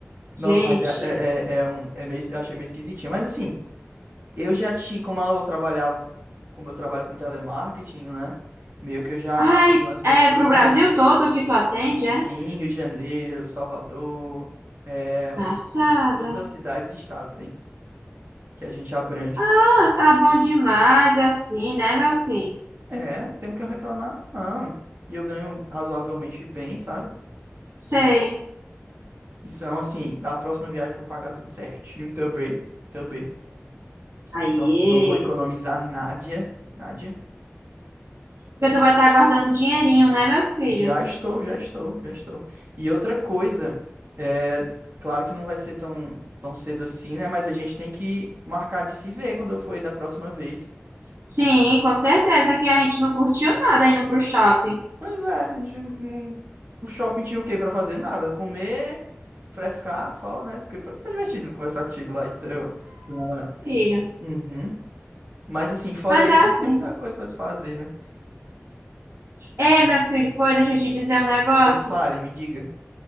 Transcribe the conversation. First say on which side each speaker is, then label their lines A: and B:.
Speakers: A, on the right; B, on the right.
A: Nossa,
B: Gente.
A: mas é, é, é é um, é meio, eu achei meio esquisitinho. Mas assim, eu já tinha, como eu trabalhava, como eu trabalho com telemarketing, né? Meio que eu já
B: Ai,
A: atendi umas pessoas
B: é pro
A: daí.
B: Brasil todo que tu atende, é?
A: Em Rio de Janeiro, Salvador, é,
B: Passada.
A: um- todas as cidades e estados, hein? Que a gente abrange.
B: Ah, tá bom demais assim, né, meu filho?
A: É, não tenho o que eu reclamar, não. E eu ganho razoavelmente bem, sabe?
B: Sei.
A: Então, assim, na próxima viagem eu vou pagar tudo certinho também. Também.
B: aí
A: Não, não vou economizar nada. Nada.
B: Porque tu vai estar guardando um dinheirinho, né, meu filho?
A: Já estou, já estou, já estou. E outra coisa, é, claro que não vai ser tão, tão cedo assim, né? Mas a gente tem que marcar de se ver quando eu for aí da próxima vez.
B: Sim, com certeza que a gente não curtiu nada indo pro shopping,
A: Pois é, a gente não- o shopping tinha o quê pra fazer? Nada, comer, frescar só, né? Porque foi, foi divertido conversar contigo lá, então. Ah.
B: filho.
A: Uhum. Mas assim, fora
B: Mas
A: isso,
B: é assim.
A: não tem muita coisa pra se fazer, né?
B: Ei, meu filho, pô, deixa eu te dizer um negócio.
A: Pois fale, me diga.